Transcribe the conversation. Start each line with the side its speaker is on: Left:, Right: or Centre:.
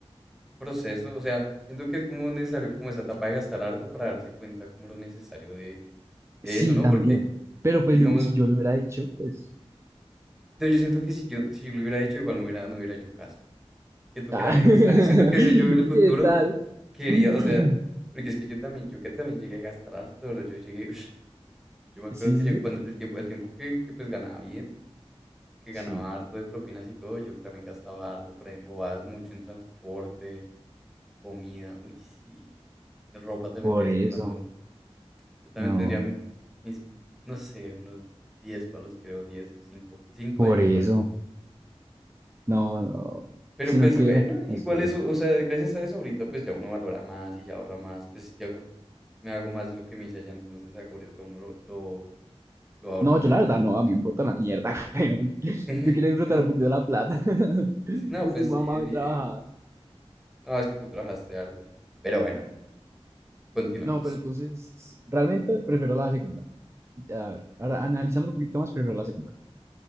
Centre: proceso, o sea, siento que es como necesario como esa etapa de gastar harto para darse cuenta como lo necesario de, de
Right: Sí,
Centre: eso, ¿no?
Right: también.
Centre: Porque,
Right: Pero pues
Centre: digamos,
Right: le- si yo le hubiera dicho, pues...
Centre: yo yo siento que si yo, si yo lo hubiera hecho, igual no hubiera, no hubiera hecho caso. Siento
Right: <laughs> ah,
Centre: que era necesario.
Right: <laughs>
Centre: Siento que ese yo del futuro
Right: ¿Qué tal?
Centre: quería,
Right: <clears throat>
Centre: o sea, porque es que yo también, yo que también llegué a gastar harto, bro. Yo llegué, <laughs> yo me acuerdo
Right: Sí,
Centre: que
Right: sí,
Centre: yo
Right: sí.
Centre: cuando el tiempo, el tiempo que, que pues ganaba bien que
Right: Sí,
Centre: ganaba harto de propinas y todo, yo también gastaba harto por ahí en bobadas, mucho en transporte, comida, uy, sí. De ropa también
Right: por
Centre: de vez
Right: eso,
Centre: en cuando. Yo también
Right: no,
Centre: tendría mi- mis, no sé, unos 10 palos, creo, 10 5 cinco
Right: por
Centre: a 10
Right: eso,
Centre: palos.
Right: no, no,
Centre: Pero
Right: sino
Centre: pues
Right: que
Centre: bueno,
Right: bueno,
Centre: igual
Right: no sé.
Centre: eso, o sea, gracias a eso ahorita pues ya uno valora más y ya ahorra más, pues yo me hago más de lo que me hice allá, entonces a- ahorita uno lo, lo, lo ahorra
Right: No,
Centre: más,
Right: yo la verdad no,
Centre: es más.
Right: a mí me importa una mierda, <laughs> weón. Yo
Centre: <laughs>
Right: quiero disfrutar un poquito de la plata. <laughs>
Centre: Sí, no,
Right: Estoy
Centre: pues
Right: mamado
Centre: sí, bien.
Right: de trabajar.
Centre: No, es que tú trabajaste harto. Pero bueno, bueno. Continuemos.
Right: No, pero entonces, realmente prefiero la segunda. A ver, ahora analizando un poquito más, prefiero la segunda.